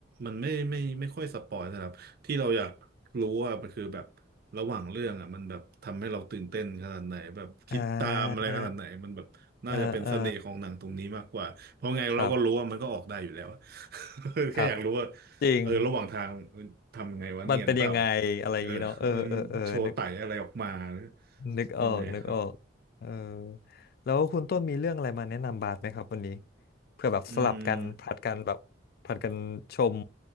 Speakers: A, on the right; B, on the left.
A: มันไม่ไม่ไม่ค่อยสปอยนะครับที่เราอยากรู้ว่ามันคือแบบระหว่างเรื่องอ่ะมันแบบทำให้เราตื่นเต้นขนาดไหนแบบคิดตามอะไรขนาดไหนมันแบบน่าจะเป็นเสน่ห์ของหนังตรงนี้มากกว่าเพราะไงเราก็รู้ว่ามันก็ออกได้อยู่แล้วอะ
B: อ่าเออเออครับ
A: <laughs> แค่อยากรู้ว่า
B: ครับจริง
A: เออระหว่างทางทำยังไงวะเนียนเปล่า
B: มันเป็นยังไงอะไรอย่างงี้เนาะเออเออเออนึก
A: เออมันโชว์ไต่อะไรออกมาหรือ
B: นึกออกนึกออกเออ
A: ยังไงครับ
B: แล้วคุณต้นมีเรื่องอะไรมาแนะนำบาสไหมครับวันนี้เพื่อแบบสลับกันผลัดกันแบบผลัดกันชม
A: อืม